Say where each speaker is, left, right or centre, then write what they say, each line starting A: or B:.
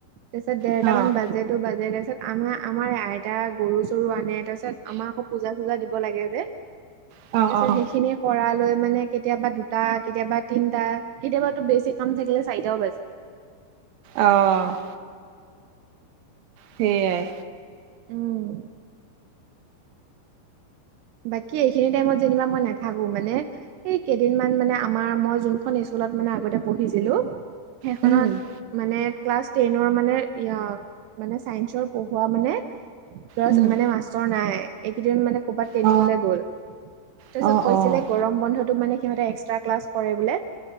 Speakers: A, on the right; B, on the right.
A: তাৰপিছত দেৰটামান
B: অ',
A: বাজে তো বাজে তাৰপিছত আমাৰ, আমাৰ আইতা গৰু চৰু আনে। তাৰপিছত আমাক আকৌ পূজা-চুজা দিব লাগে যে তাৰ
B: অ',
A: পিছত
B: অ',
A: সেই খিনি কৰা লৈ মানে কেতিয়াবা দুটা, কেতিয়াবা তিনটা, কেতিয়াবা বেছি কাম থাকিলে চাৰিটাও বাজে।
B: অ'। সেইয়াই।
A: উম! বাকী, এইখিনতে, টাইমত যেনিবা, মই নাথাকোঁ। মানে এই কেইদিনমান মানে, আমাৰ মই যোনখন স্কুলত মানে, আগতে পঢ়িছিলোঁ। সেইখনত
B: উম,
A: মানে, ক্লাছ টেনৰ মানে, এইয়া, মানে চাইন্সৰ পঢ়োৱা মানে, <unintelligible>
B: উম।
A: মানে, মাষ্টৰ নাই। এইকেইদিন মানে, ক'ৰবাত ট্ৰেইনিংলৈ
B: অ',
A: গ'ল। তাৰ পিছত,
B: অ',
A: কৈছিলে,
B: অ',
A: গৰম বন্ধটো মানে, সিহঁতে এক্স এক্সট্ৰা ক্লাছ কৰে বোলে।